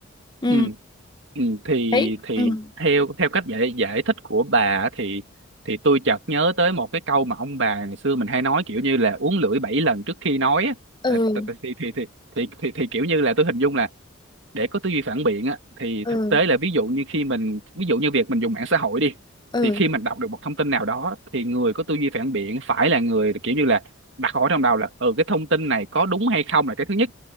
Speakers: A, on the left (about 20°); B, on the right (about 65°).
A: ừ
B: Ừ, ừ, thì
A: đấy
B: thì
A: ừ
B: theo theo cách giải giải thích của bà á, thì thì tôi chợt nhớ tới một cái câu mà ông bà ngày xưa mình hay nói kiểu như là uống lưỡi bảy lần trước khi nói á.
A: ừ
B: Tại, tại, tại, thì, thì, thì, thì thì thì kiểu như là tôi hình dung là để có tư duy phản biện á thì
A: ừ
B: thực tế là ví dụ như khi mình ví dụ như việc mình dùng mạng xã hội đi
A: ừ
B: thì khi mình đọc được một thông tin nào đó thì người có tư duy phản biện phải là người kiểu như là đặt hỏi trong đầu là ừ cái thông tin này có đúng hay không là cái thứ nhất